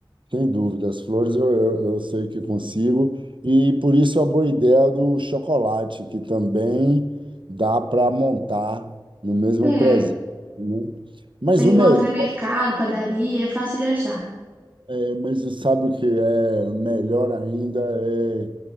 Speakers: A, on the right; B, on the right.
A: sem dúvida, as flores eu, eu, eu sei que consigo. E por isso a boa ideia do chocolate, que também dá para montar no mesmo
B: É,
A: presente, né? Mas
B: você encontra
A: o melhor,
B: em mercado, padaria, é fácil de achar.
A: é, mas sabe o que é melhor ainda é